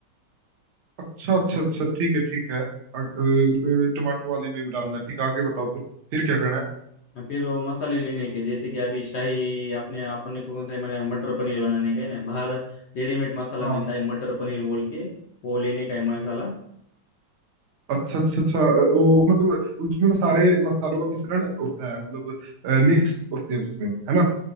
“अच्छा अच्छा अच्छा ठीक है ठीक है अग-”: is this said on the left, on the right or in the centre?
Right